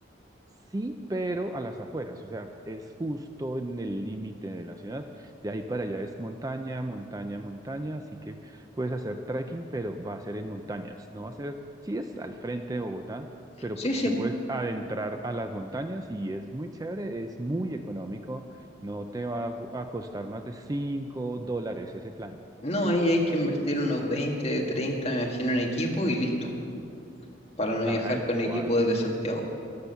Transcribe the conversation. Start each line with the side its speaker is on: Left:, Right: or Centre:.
Right: Sí, pero a las afueras, o sea, es justo en el límite de la ciudad. De ahí para allá es montaña, montaña, montaña, así que puedes hacer trekking, pero va a ser en montañas. No va a ser, sí es al frente de Bogotá, pero
Left: Sí,
Right: pues
Left: sí.
Right: te puedes adentrar a las montañas y es muy chévere, es muy económico, no te va a a costar más de 5 dólares ese plan,
Left: No, ahí hay que invertir unos 20, 30, me imagino, en equipo y listo, para no
Right: tal
Left: viajar con
Right: cual.
Left: equipo desde Santiago.